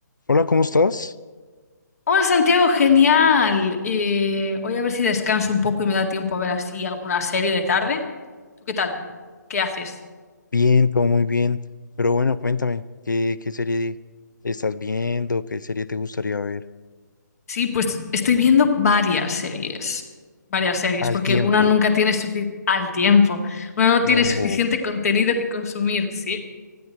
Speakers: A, on the left; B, on the left.
A: Hola, ¿cómo estás?
B: Hola Santiago, genial. Eh, voy a ver si descanso un poco y me da tiempo a ver así alguna serie de tarde. ¿Tú qué tal? ¿Qué haces?
A: Bien, todo muy bien. Pero bueno, cuéntame, ¿qué, qué serie estás viendo? ¿Qué serie te gustaría ver
B: Sí, pues estoy viendo varias series, varias series,
A: al
B: porque
A: tiempo?
B: una nunca tiene suficiente al tiempo, una no tiene
A: Ojo,
B: suficiente contenido que consumir, ¿sí?